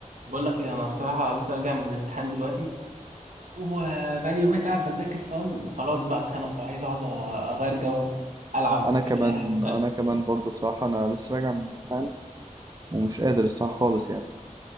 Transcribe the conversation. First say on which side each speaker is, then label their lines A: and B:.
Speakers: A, on the right (about 70°); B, on the right (about 30°).
A: بقول لك ايه انا بصراحه لسه راجع من الامتحان دلوقتي وبقالي يومين قاعد بذاكر فاهم وخلاص بقى اتخنقت وعايز اقعد اغير جو العب
B: انا كمان
A: اعمل اي حاجه مختلفه
B: انا كمان برضه الصراحه انا لسه راجع من امتحان ومش قادر الصراحه خالص يعني